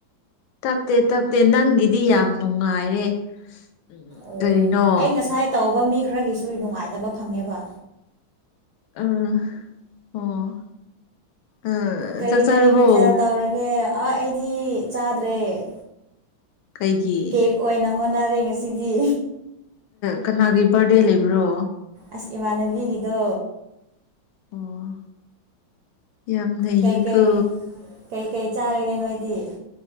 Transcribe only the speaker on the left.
ꯇꯞꯇꯦ ꯇꯞꯇꯦ ꯅꯪꯒꯤꯗꯤ ꯌꯥꯝ ꯅꯨꯡꯉꯥꯏꯔꯦ ꯎꯝ
ꯀꯔꯤꯅꯣ
ꯎꯝ ꯑꯣ ꯑ
ꯆꯥꯛ ꯆꯥꯔꯕꯣ
ꯀꯩꯒꯤ
ꯀꯅꯥꯒꯤ ꯕꯥꯔꯗꯦ ꯂꯩꯕ꯭ꯔꯣ
ꯑꯣ ꯌꯥꯝ ꯅ
ꯀ